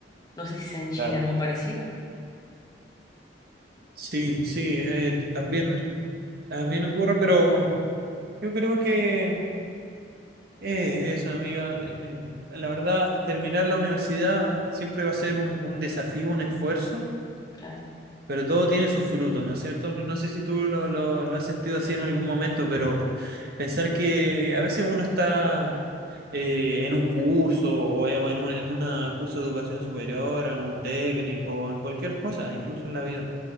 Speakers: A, on the left; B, on the right.
A: No sé si sea en Chile
B: Claro.
A: algo parecido.
B: Sí, sí, eh, también, también ocurre, pero yo creo que Eh, eso, amiga. eh, eh, la verdad, terminar la universidad siempre va a ser un, un desafío, un esfuerzo,
A: Claro.
B: pero todo tiene sus frutos, ¿no es cierto? No sé si tú lo, lo- lo has sentido así en algún momento, pero pensar que a veces uno está eh, en un curso o, e- o en un en una curso de educación superior, en un técnico, en cualquier cosa, incluso en la vida.